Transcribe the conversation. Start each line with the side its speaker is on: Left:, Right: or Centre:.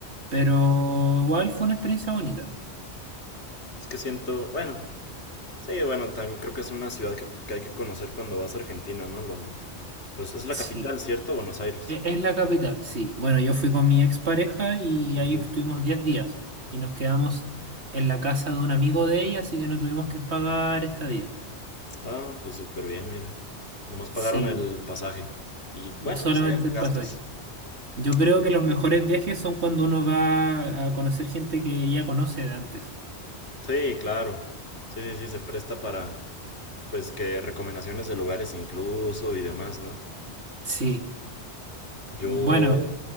Right: pero igual fue una experiencia bonita.
Left: Es que siento, bueno, Sí, bueno, también creo que es una ciudad que, que hay que conocer cuando vas a Argentina, ¿no? Lo, pues es la
Right: Sí,
Left: capital, ¿cierto? Buenos Aires.
Right: e- es, la capital, sí. Bueno, yo fui con mi expareja y
Left: Ujú.
Right: ahí estuvimos 10 días y nos quedamos en la casa de un amigo de ella, así que no tuvimos que pagar estadía.
Left: Ah, pues súper bien, mira. Nomás pagaron
Right: Sí,
Left: el pasaje. Y bueno,
Right: solamente
Left: pues allá, gastos.
Right: el pasaje. Yo
Left: ¿no?
Right: creo que los mejores viajes son cuando uno va a conocer gente que ya conoce de antes.
Left: Sí, claro. Sí, sí, sí, se presta para, pues, que recomendaciones de lugares incluso y demás, ¿no?
Right: Sí,
Left: Yo...
Right: bueno,